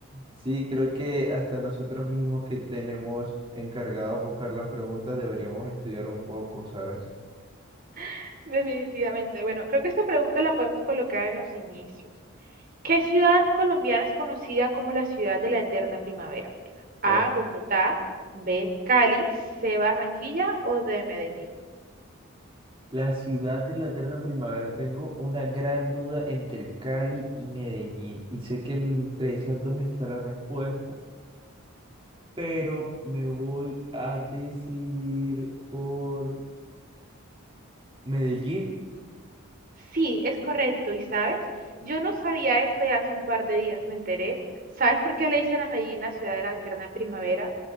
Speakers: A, on the right; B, on the right.
A: Sí, creo que hasta nosotros mismos que tenemos encargados buscar las preguntas deberíamos estudiar un poco, ¿sabes?
B: <laughs> Definitivamente. Bueno, creo que esta pregunta la podemos colocar en los inicios. ¿Qué ciudad colombiana es conocida como la ciudad de la eterna primavera? A,
A: O
B: Bogotá, B, Cali, C, Barranquilla o D, Medellín.
A: La ciudad de la eterna primavera. Tengo una gran duda entre Cali y Medellín. Y sé que entre esas dos está la respuesta. Pero me voy a decidir por Medellín.
B: Sí, es correcto. ¿Y sabes? Yo no sabía esto y hace un par de días me enteré. ¿Sabes por qué le dicen a Medellín la ciudad de la eterna primavera?